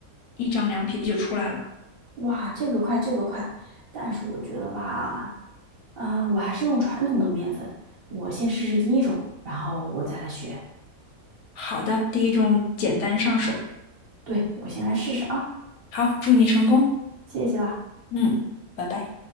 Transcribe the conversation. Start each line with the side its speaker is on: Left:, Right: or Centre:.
Left: 一张凉皮就出来了。
Right: 哇，这个快，这个快，但是我觉得吧，啊，我还是用传统的面粉，我先试试第一种，然后我再来学。
Left: 好的，第一种简单上手。
Right: 对，我先来试试啊，
Left: 好，祝你成功。
Right: 谢谢啦。
Left: 嗯，拜拜。